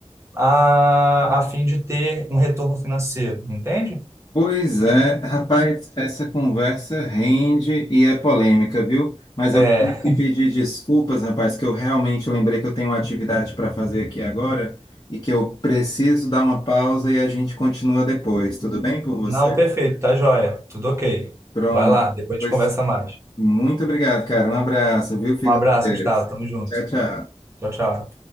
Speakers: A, on the right; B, on the left.
A: a, a fim de ter um retorno financeiro, entende?
B: Pois é, rapaz, essa conversa rende e é polêmica, viu? Mas
A: é
B: eu tenho que pedir desculpas, rapaz, que eu realmente lembrei que eu tenho uma atividade para fazer aqui agora e que eu preciso dar uma pausa e a gente continua depois. Tudo bem por você?
A: Não, perfeito, tá joia. Tudo ok.
B: Pronto.
A: Vai lá, depois a
B: Pois
A: gente conversa mais.
B: muito obrigado, cara. Um abraço, viu? Fica
A: Um abraço,
B: com Deus.
A: Gustavo. Tamo junto.
B: Tchau, tchau.
A: Tchau, tchau.